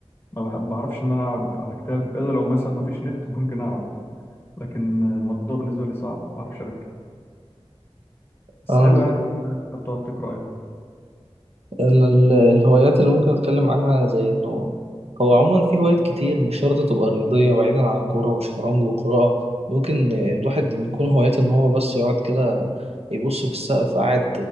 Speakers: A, on the left (about 20°); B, on the right (about 75°).
A: ما بح- بعرفش إن أنا أقعد على كتاب إلا لو مثلا ما فيش نت ممكن أقعد لكن الموضوع بالنسبة لي صعب ما أعرفش أركز بس
B: انا
A: حلو
B: من...
A: يعني أنت بتقعد تقرأ يعني
B: انا ال- الهوايات اللي ممكن اتكلم عنها زي انه هو عموما في هوايات كتير مش شرط تبقى رياضية بعيدا عن الكورة والشطرنج والقراءة ممكن الواحد إن يكون هوايته ان هو بس يقعد كده يبص في السقف قاعد